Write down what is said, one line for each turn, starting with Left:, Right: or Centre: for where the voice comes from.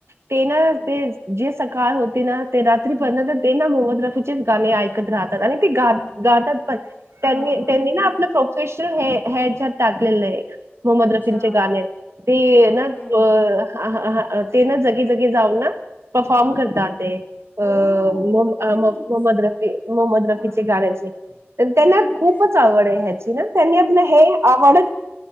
Right: ते ना
Left: हम्म
Right: ते जे सकाळ होती ना ते राात्री
Left: हम्म
Right: पना ते ना मोह रफी गाणे ऐकत राहात आणि ते गाता
Left: हम्म
Right: गातात पण त्यां
Left: हा
Right: त्यांनी
Left: हम्म
Right: ना आपल प्रोफेशन हहे है जात टाकलेलं आहे मोहम्मद
Left: अच्छा
Right: रफींचे गाणे ते
Left: ओके
Right: ना हा हा ते ना जगी जगी जाऊन ना परफॉर्म
Left: हम्म हम्म
Right: करता ते अ
Left: ओ
Right: मोहम्
Left: नाईस
Right: मोहम्मद
Left: हा
Right: रफीची गाण्याची तर त्यांना
Left: नाईस
Right: खूपच आवड आहे ह्याची ना त्यांनी आपलं हे आवड